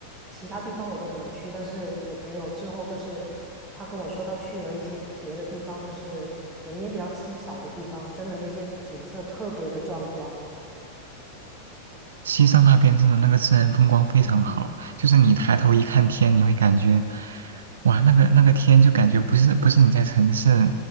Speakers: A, on the right; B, on the right.
A: 其他地方我都没有去。但是我朋友之后就是他跟我说，他去了一些别的地方，就是人也比较稀少的地方，真的那些景色特别的壮观。
B: 西藏那边真的那个自然风光非常好，
A: 嗯，
B: 就是你抬头一看天，你会感觉，哇，那个那个天就感觉不是不是你在城市